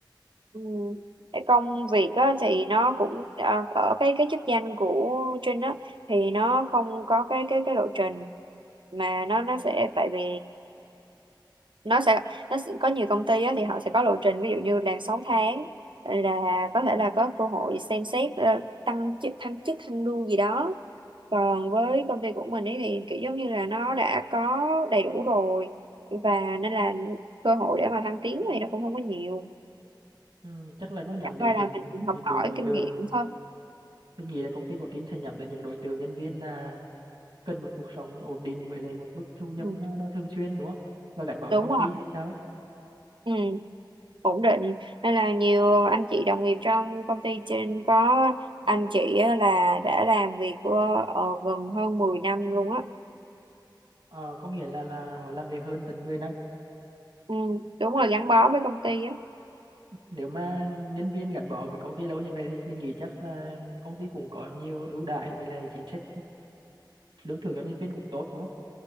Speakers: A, on the right (about 85°); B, on the right (about 60°).
A: ừ. Cái công việc á, thì nó cũng à, ở cái cái chức danh của Trinh á thì nó không có cái cái cái lộ trình mà nó nó sẽ tại vì nó sẽ nó sẽ, có nhiều công ty á, thì họ sẽ có lộ trình ví dụ như làm 6 tháng là có thể là có cơ hội xem xét ờ, tăng chức thăng chức thăng lương gì đó còn với công ty của mình ấy thì kiểu giống như là nó đã có đầy đủ rồi và nên là cơ hội để mà thăng tiến thì nó cũng không có nhiều
B: ừ, chắc là nó nhắm
A: chẳng
B: đến
A: qua
B: những
A: là mình
B: những
A: học
B: đối
A: hỏi
B: đối
A: kinh
B: tượng
A: nghiệm thôi
B: mình nghĩ là công ty của Trinh sẽ nhắm tới những đối tượng nhân viên là cần một cuộc sống ổn định với lại một mức thu nhập
A: ừ,
B: nó nó thường xuyên đúng không và gắn bó với
A: đúng
B: công
A: rồi
B: ty hay sao ấy
A: ừ. ổn định nên là nhiều anh chị đồng nghiệp trong công ty trên có anh chị á là đã làm việc của ờ, gần hơn 10 năm luôn á
B: ờ, có nghĩa là là họ làm việc hơn tận mười năm
A: ừ, đúng rồi gắn bó với công ty á
B: nếu mà nhân viên gắn bó với công ty lâu như vậy thì mình nghĩ chắc là công ty cũng có nhiều ưu đãi với lại chính sách lương thưởng cho nhân viên cũng tốt đúng không